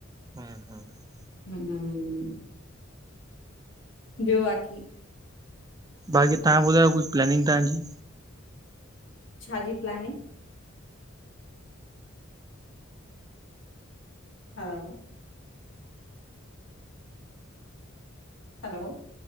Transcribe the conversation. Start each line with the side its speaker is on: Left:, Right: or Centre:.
Right: <inaudible>
Left: हूं ॿियो बाकी?
Right: बाकी तहां ॿुधायो कुछ प्लेनिंग तहांजी?
Left: छा जी प्लानिंग? हा हलो,